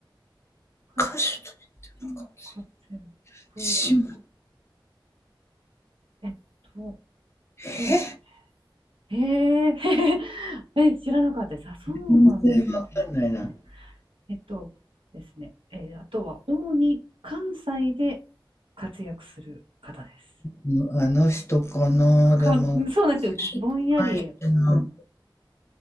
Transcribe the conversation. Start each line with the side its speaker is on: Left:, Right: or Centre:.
Right: 歌手
Left: 歌手としても活躍。
Right: でも活躍。
Left: 姉妹。
Right: えっと、そうです
Left: え
Right: ね。へえー。<laughs> え、知らなかったです。あ、そうなんですね。
Left: 全然わかんないな。
Right: えっとですね、えーあとは主に関西で活躍する方です。
Left: うんあの人かな、
Right: かそうなんですよ。
Left: でも
Right: ぼんやり。
Left: 最初の、